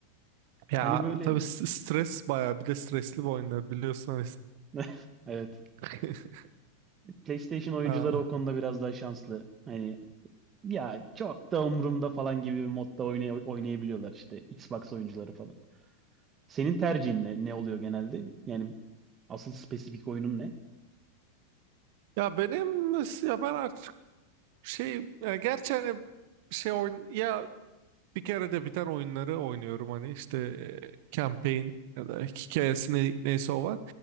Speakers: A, on the right; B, on the right.
A: Ya
B: Hani böyle
A: tabii s- stres bayağı bir de stresli bu oyunlar biliyorsun. hani.
B: <laughs> evet
A: <laughs>
B: PlayStation oyuncuları
A: Aa,
B: o konuda biraz daha şanslı. Hani ya çok da umurumda falan gibi bir modda oynay- oynayabiliyorlar işte Xbox oyuncuları falan. Senin tercihin ne, ne oluyor genelde? Yani asıl spesifik oyunun ne?
A: Ya benim ya ben artık şey ya gerçi hani şey oyun ya bir kere de biten oyunları oynuyorum hani işte e, campaign ya da hikayesi ne- neyse o var.